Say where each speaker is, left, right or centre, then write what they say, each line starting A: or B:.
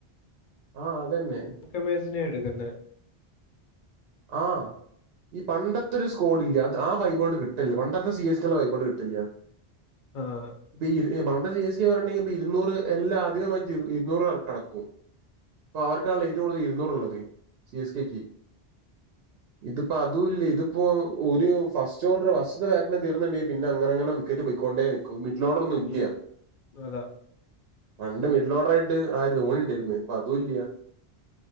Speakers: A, on the right; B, on the left.
A: ആഹ് അതന്നെ
B: കമേഴ്സിനെ എട്ക്ക്ന്നെ
A: ആഹ് ഈ പണ്ടത്തൊര് സ്കോഡ്ല്ലേ അത് ആ വൈബങ്ങട്ട് കിട്ട്ൽ പണ്ടത്തെ സി എച്ച് കെള്ള വൈബാണ്ട് കിട്ട്ല്ല്യാ
B: ആഹ്
A: ഇപ്പ ഇര് മൌണ്ട് സി എസ് കെ പറയ്ണ്ടെങ്കിപ്പ ഇര്ന്നൂര് എല്ലാം അധികമായിട്ട് ഇടും ഇര്ന്നൂറ് റൊക്കടക്കും പ്പൊ അവർക്കാണല്ലോ ഏറ്റവും കൂട്തൽ ഇര്ന്നൂറ്ള്ളത് സി എസ് കേയ്ക്ക് ഇത്പ്പൊ അതൂല്ല ഇത്പ്പോ ഒര് ഫസ്റ്റാേഡർ ഫസ്റ്റ്ത്തെ ബാറ്റിന് തീർന്നിണ്ടെങ്കി പിന്നെ അങ്ങനെ അങ്ങനെ വി ക്കറ്റ് പാെയ്ക്കോണ്ടേരി ക്കും മിഡിലോഡറൊന്നും ഇല്ല്യാ
B: ഉം, അതാ
A: പണ്ട് മിഡിലോഡ് ആയിട്ട് ആര് ധോണിണ്ടാര്ന്ന് പ്പതൂല്ല്യാ